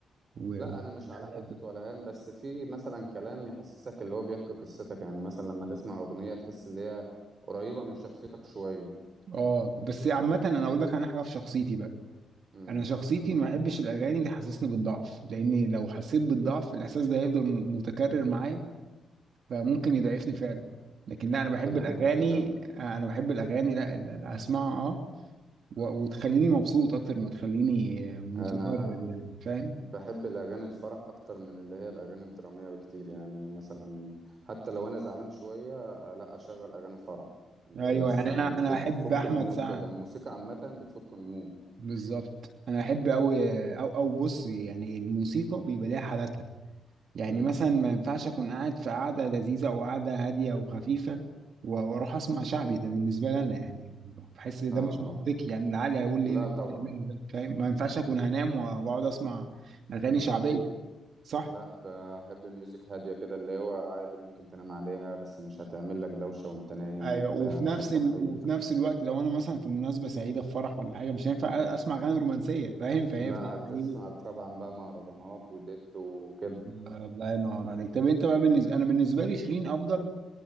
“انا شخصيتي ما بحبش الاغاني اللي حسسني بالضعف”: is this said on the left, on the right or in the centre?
Right